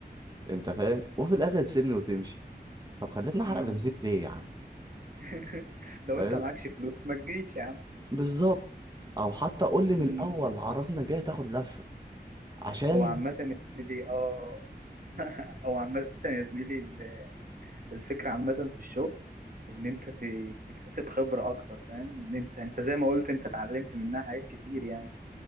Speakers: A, on the right; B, on the right.
A: انت فاهم وفي الاخر تسيبني وتمشي طب خليتني
B: أمم.
A: احرق بنزين ليه يا عم
B: <laughs> لو
A: فاهم
B: انت معكش فلوس ما تجيش يا عم
A: بالظبط او حتى قول لي من
B: أمم.
A: الاول عرفنا جاي تاخد لفه عشان
B: هو عامه يا زميلي اه <laughs> هو عامه يا زميلي ال- الفكره عامه في الشغل ان انت ت- تكتسب خبره اكتر فاهم ان انت انت زي ما قلت انت اتعلمت منها حاجات كتير يعني